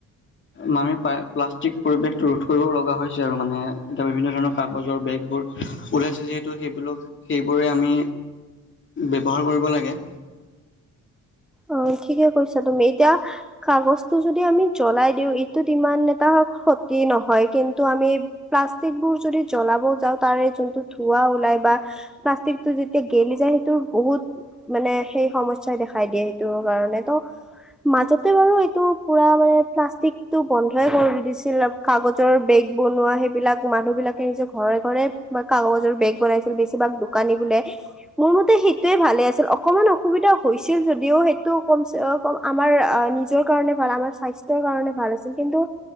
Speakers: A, on the left; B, in the centre.
A: মামে পায়, প্লাষ্টিক পৰিৱেশটো ৰোধ কৰিব লগা হৈছে আৰু মানে, এতিয়া বিভিন্ন ধৰণৰ কাগজৰ বেগবোৰ ওলাইছে যিহেতু, সেইবোলোক সেইবোৰে আমি ব্যৱহাৰ কৰিব লাগে।
B: অ' ঠিকে কৈছা তুমি ইতিয়া কাগছটো যদি আমি জ্বলাই দিও, ইটোত ইমান এটা ক্ষতি নহয়, কিন্তু আমি প্লাষ্টিক বোৰ যদি জ্বলাব যাও তাৰে যোনটো ধোৱা ওলাই বা প্লাষ্টিকটো যেতিয়া গেলি যায় হেইটো বহুত মানে, সেই সমস্যাই দেখাই দিয়ে হেইট টো কাৰণে ত' মাজতে বাৰু এইটো পুৰা মানে প্লাষ্টিকটো বন্ধই কৰি দিছিলে। কাগজৰ বেগ বনোৱা হেইবিলাক মানুহবিলাকে নিজে ঘৰে-ঘৰে তোমা কাগজৰ বেগ বনাইছিল বেছিভাগ দোকানী বোলে। মোৰ মতে সেইটোয়ে ভালে আছিল। অকমান অসুবিধা হৈছিল যদিও হেইট টো কমছে অ কম আমাৰ আ নিজৰ কাৰণে ভাল, আমাৰ স্বাস্থ্যৰ কাৰণে ভাল আছিল, কিন্তু